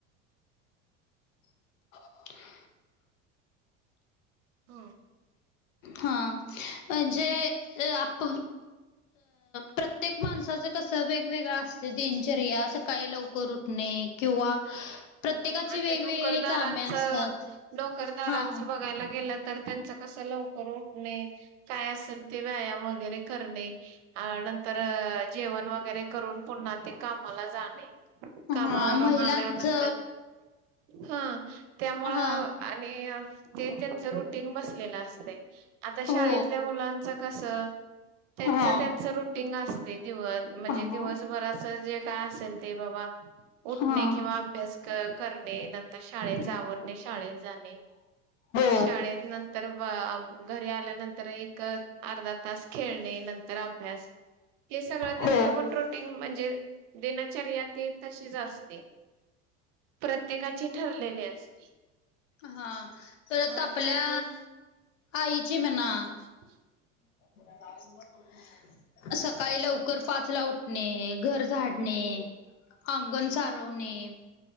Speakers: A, on the left; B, on the right.
A: <inaudible>
B: हम्म.
A: हा म्हणजे आप अ प्रत्येक माणसाचं कसं वेगवेगळं असते दिनचर्या सकाळी लवकर उटणे किंवा प्रत्येकाची
B: हो आता
A: वेगवेगळी
B: नोकरदारांच
A: कामे असतात.
B: नोकरदारांचं
A: हां,
B: बगायला गेलं तर त्यांच कस लवकर उटणे काय असेल ते व्यायाम वगेरे करणे अ नंतर अ जेवण वगेरे करून पुन्हा ते कामाला जाणे. कामावरून
A: हां महिलांचं
B: आल्यानं ह त्यामुळं
A: हां,
B: आणि ते त्यांच रुटिंग बसलेल असतय. आता शाळेतल्या
A: हो.
B: मुलांच कस त्यांच
A: हां,
B: त्यांच रुटीग अस <unintelligible> मजे
A: हां,
B: दिवसभराच जे काय असेल ते बाबा उटणे
A: हां.
B: किंवा क करणे नंतर शाळेच आवरणे शाळेेत जाणे
A: हो,
B: शाळेत नंतर वा घरी आल्यानंतर एक अर्धा तास खेळणें नं तर अभ्यास हे सगळं त्यांचपण
A: हो.
B: रुटीग म्हणजे. दिनचर्या ते तशीच असते प्रत्येकाची ठरलेली अस
A: हा तर आता
B: पण
A: आपल्या
B: त्यातून
A: आईची मणा
B: <inaudible>
A: <unintelligible> सकाळी लवकर पाचला उटणे, घर झाडणे. अंगण सारवणे